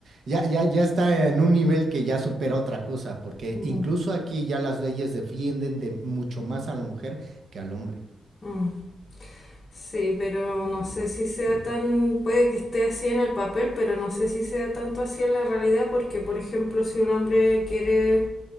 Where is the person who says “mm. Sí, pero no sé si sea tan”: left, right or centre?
Left